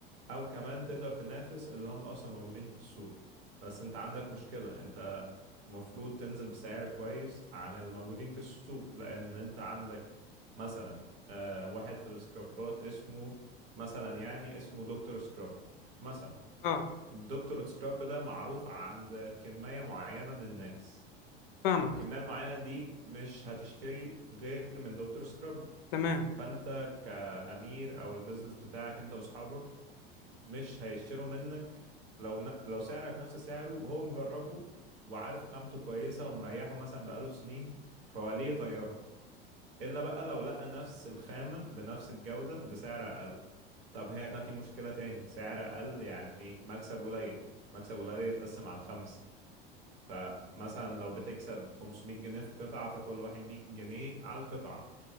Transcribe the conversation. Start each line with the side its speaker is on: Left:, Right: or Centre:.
Right: او كمان تقدر تنافس اللي هم اصلا موجودين في السوق بس انت عندك مشكلة انت المفروض تنزل بسعر كويس عن اللي موجودين في السوق لان انت عندك مثلا آه، واحد في السكرابات اسمه مثلا يعني اسمه دكتور سكراب مثلا
Left: اه
Right: الدكتور سكراب ده معروف عند كمية معينة من الناس
Left: فاهمك
Right: الكمية المعينة دي مش هتشتري غير من دكتور سكراب
Left: تمام
Right: فانت كأمير او البيزنس بتاعك انت واصحابك مش هيشتروا منك لو ن... لو سعرك نفس سعره وهو مجربه وعارف خامته كويسة ومريحه مثلا بقاله سنين فهو ليه يغيره إلا بقى لو لقى نفس الخامة بنفس الجودة بسعر أقل طب هنا في مشكلة تاني سعر أقل يعني مكسب قليل مكسب قليل يتقسم على الخمسة فمثلا لو بتكسب 500 جنيه في قطعة فكل واحد 100 جنيه على القطعة